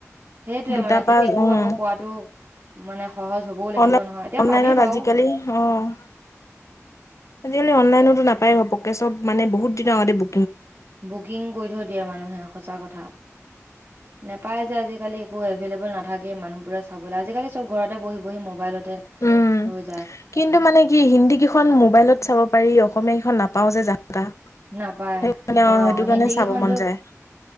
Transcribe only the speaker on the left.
দুটা
পা
উম
অনলাইন
অনলাইনত
আজিকালি অ আজিকালি অনলাইনতো নাপাই ঘপকে বহুত দিনৰ আগতে বু।
উম
কিন্তু মানে কি হিন্দী কেইখন মোবাইলত চাব পাৰি, অসমীয়া কেইখন নাপাও যে। তা
সেই
সেইটো কাৰণে
চাব
মন যায়